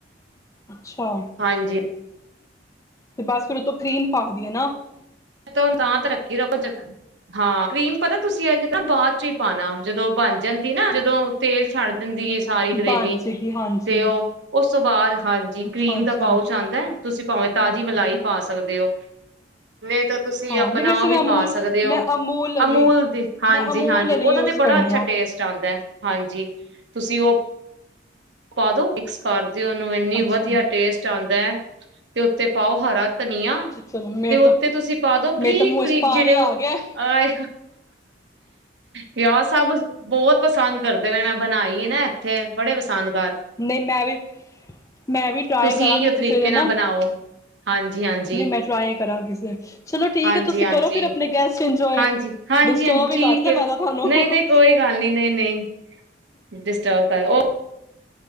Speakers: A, on the left; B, on the right.
A: ਅੱਛਾ
B: ਹਾਂਜੀ
A: ਤੇ ਬਸ ਫੇਿਰ ਉਹ ਤੋਂ ਕਰੀਮ ਪਾ ਦੀਆਂ <unintelligible> ਨਾ
B: ਹ ਤਾਂ ਰੱਖੀ ਰੱਖੋ ਜ ਹਾਂ ਕੀਮ ਪਤਾ ਤੁਸੀਂ ਇਹ ਨਾ ਬਾਅਦ ਚ ਹੀ ਪਾਉਣਾ ਜਦੋਂ ਬਣ ਜਾਂਦੀ ਨਾ ਜਦੋਂ ਤੇਲ ਛੱਡ ਦਿੰਦੀ ਹੈ ਸਾਰੀ ਗ੍ਰੇਵੀ
A: ਬਣ ਜਾਏਗੀ ਹਾਂਜੀ
B: ਤੇ ਉਹ ਉਸ ਤੋਂ ਬਾਅਦ ਹਾਂਜੀ
A: ਅੱਛਾ
B: ਕਰੀਮ
A: ਅੱਛਾ
B: ਦਾ ਪਾਓ ਚ ਆਉਂਦਾ ਹੈ ਤੁਸੀਂ ਭਾਵੇਂ ਤਾਜ਼ੀ ਮਲਾਈ ਪਾ ਸਕਦੇ ਹੋ ਨਹੀਂ ਤਾਂ ਤੁਸੀਂ
A: ਹਾਂ
B: ਆਪਣਾ
A: ਨਹੀਂ ਵੈਸੇ
B: ਉਹ
A: ਮੈਂ
B: ਵੀ
A: ਅਮੂਲ
B: ਪਾ ਸਕਦੇ
A: ਮੈਂ
B: ਹੋ
A: ਵਾਲੀ
B: ਅਮੂਲ ਦੀ ਹਾਂਜੀ
A: ਮੈਂ ਅਮੂਲ
B: ਹਾਂਜੀ
A: ਵਾਲੀ
B: ਉਹਦਾ
A: ਯੂਜ
B: ਤਾਂ ਬੜਾ
A: ਕਰਨੀ
B: ਅੱਛਾ
A: ਆ
B: ਟੇਸਟ ਆਉਂਦਾ ਹਾਂਜੀ ਤੁਸੀਂ ਉਹ ਪਾ ਦੋ ਮਿਕਸ ਕਰ ਦਿ ਉਹਨੂੰ ਇੰਨੀ
A: ਅੱਛਾ
B: ਵਧੀਆ ਟੇਸਟ ਆਉਂਦੀ। ਤੇ ਉੱਥੇ। ਪਾਓ ਹਰਾ ਧਨੀਆ,
A: ਚਲੋ ਮੇਰੇ
B: ਤੇ ਉੱਤੇ
A: ਤਾਂ
B: ਤੁਸੀਂ ਪਾ ਦੋ
A: ਮੇਰੇ
B: ਬਰੀਕ
A: ਤਾਂ ਮੂੰਹ
B: ਬਰੀਕ।
A: ਚ ਪਾਣੀ
B: ਜਿਹੜੇ
A: ਆ ਗਿਆ
B: ਆਏ ਵਿਆਹ, ਸਭ ਬਹੁਤ ਪਸੰਦ। ਕਰਦੇ ਪ, ਮੈਂ ਬਣਾਈ ਨਾ। ਇੱਥੇ ਬੜੇ। ਸਾਨ
A: ਨਹੀਂ, ਮੈਂ ਵੀ, ਮੈਂ ਵੀ ਟਰਾਈ
B: ਤੁਸੀਂ
A: ਕਰਾਂਗੀ
B: ਇਹੀਓ
A: ਕਿਸੇ
B: ਤਰੀਕੇ
A: ਦੇ ਨਾਲ।
B: ਬਣਾਓ। ਹਾਂਜੀ-ਹਾਂਜੀ,
A: ਨਹੀਂ, ਮੈਂ ਟਰਾਈ ਕਰਾਂ ਕਿਸੇ। ਚਲੋ ਠੀਕ
B: ਹਾਂਜੀ-ਹਾਂਜੀ,
A: ਹੈ, ਤੁਸੀਂ ਕਰੋ ਫਿਰ ਆਪਣੇ ਗੈਸਟ। ਇੰਜੋਏ
B: ਹਾਂਜੀ, ਹਾਂਜੀ,
A: ਡਿਸਟਰਬ
B: ਹਾਂਜੀ।
A: ਹੀ
B: ਠੀਕ
A: ਕਰਤਾ
B: ਹੈ।
A: ਮੈਂ ਤਾਂ ਤੁਹਾਨੂੰ
B: ਨਹੀਂ, ਨਹੀਂ, ਕੋਈ ਗੱਲ ਨਹੀਂ। ਨਹੀਂ, ਨਹੀਂ, ਡਿਸਟਰਬ ਕਰ।